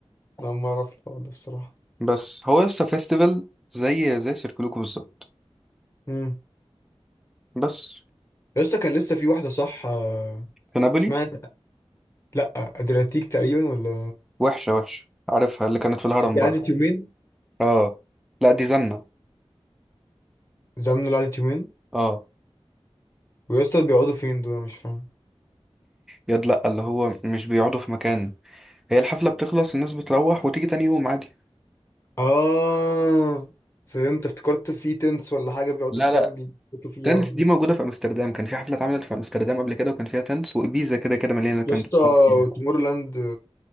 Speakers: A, on the left; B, in the centre.
A: انا اول مرة اعرف الحوار ده بصراحة
B: بس هو يسطا فيستيفال زي زي سيركلوكو بالظبط
A: امم
B: بس
A: يا اسطى كان لسه في واحدة صح آه،
B: في نابولي
A: اسمها لا ادرياتيك تقريبا ولا
B: وحشة وحشة عارفها اللي كانت في الهرم
A: دي
B: برضه
A: قعدت يومين
B: اه لا دي زنة
A: زمن اللي قعدت يومين
B: اه
A: ويا اسطى بيقعدوا فين دول أنا مش فاهم
B: ياد لأ اللي هو مش بيقعدوا في مكان هي الحفلة بتخلص الناس بتروح وتيجي تاني يوم عادي
A: اه فهمت افتكرت في تنس ولا حاجة بيقعدوا
B: لا
A: فيها
B: لا
A: بيموتوا فيها
B: تنس
A: ولا
B: دي موجودة في أمستردام كان في حفلة اتعملت في أمستردام قبل كده وكان فيها تنس وإبيزا كده كده مليانة تنس
A: يا اسطى
B: طب فيها
A: تومورلاند